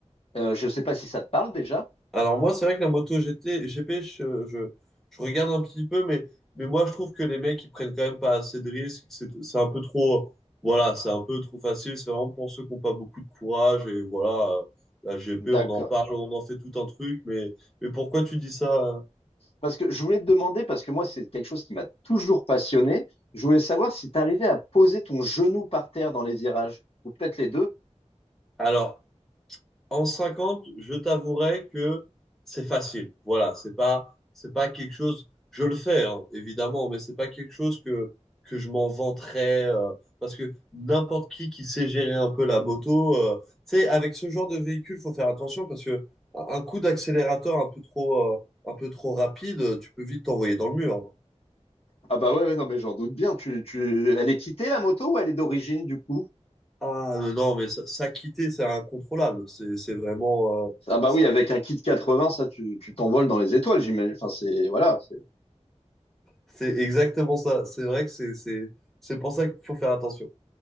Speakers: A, on the left; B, in the centre.
A: Euh, je ne sais pas si ça te parle déjà.
B: Alors moi, c'est vrai que la moto GT, GP, je, je, je regarde un petit peu, mais, mais moi, je trouve que les mecs, ils prennent quand même pas assez de risques. que C'est c'est un peu trop, voilà, c'est un peu trop facile. C'est vraiment pour ceux qui n'ont pas beaucoup de courage. Et voilà, euh, la GP,
A: D'accord.
B: on en parle, on en fait tout un truc. Mais, mais pourquoi tu dis ça? euh
A: Parce que je voulais te demander, parce que moi, c'est quelque chose qui m'a toujours passionné. Je voulais savoir si tu arrivais à poser ton genou par terre dans les virages, ou peut-être les deux.
B: Alors, En 50, je t'avouerai que c'est facile. Voilà, c'est pas, c'est pas quelque chose. Je le fais, hein, évidemment, mais c'est pas quelque chose que, que je m'en vanterais. euh, parce que n'importe qui qui sait gérer un peu la moto, euh, tu sais, avec ce genre de véhicule, faut faire attention parce que un coup d'accélérateur un peu trop, euh, un peu trop rapide, euh, tu peux vite t'envoyer dans le mur. hein.
A: Ah bah ouais, ouais, non, mais j'en doute bien. Tu, tu... Elle est quittée, la moto, ou elle est d'origine, du coup?
B: Ah euh, non, mais ça, ça quitter, c'est incontrôlable. C'est, c'est vraiment. euh,
A: Ah bah
B: c'est-
A: oui, avec un kit 80, ça, tu, tu t'envoles dans les étoiles, j'imagine. Enfin, c'est, voilà. c'est-
B: C'est exactement ça. C'est vrai que c'est c'est c'est pour ça qu'il faut faire attention.